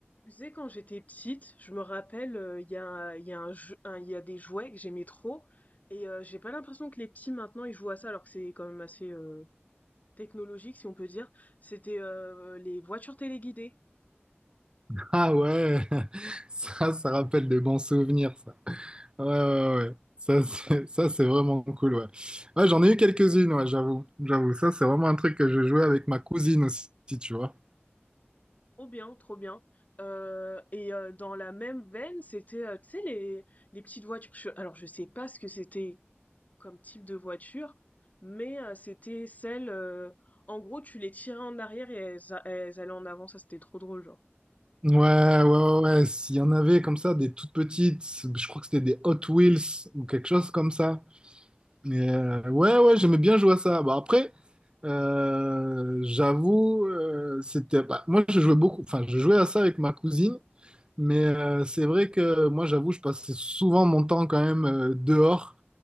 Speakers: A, on the left (about 35°); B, on the right (about 20°).
A: Tu sais, quand j'étais petite, je me rappelle, euh, il y a, un- il y a un jeu- un- il y a des jouets que j'aimais trop, et euh, j'ai pas l'impression que les petits maintenant ils jouent à ça, alors que c'est quand même assez euh, technologique, si on peut dire. C'était euh, les voitures téléguidées.
B: Ah ouais, <laughs> ça, ça rappelle des bons souvenirs, ça. Ouais, ouais, ouais. Ça, c'est ça, c'est vraiment cool, ouais. Ouais, j'en ai eu quelques-unes, ouais, j'avoue. J'avoue, ça, c'est vraiment un truc que je jouais avec ma cousine aussi, tu vois.
A: Trop bien, trop bien. Euh, et euh, dans la même veine, c'était, euh, tu sais, les, les petites voitures. Je- alors, je sais pas ce que c'était comme type de voiture, mais euh, c'était celles euh, en gros, tu les tirais en arrière et elles, a- elles allaient en avant. Ça, c'était trop drôle, genre.
B: Ouais, ouais, ouais, ouais. S'il y en avait comme ça, des toutes petites, je crois que c'était des Hot Wheels ou quelque chose comme ça. Mais euh, ouais, ouais, j'aimais bien jouer à ça. Bon, après, euh, j'avoue, euh, c'était. bah, moi, je jouais beaucoup, enfin, je jouais à ça avec ma cousine. Mais euh, c'est vrai que moi, j'avoue, je passais souvent mon temps quand même euh, dehors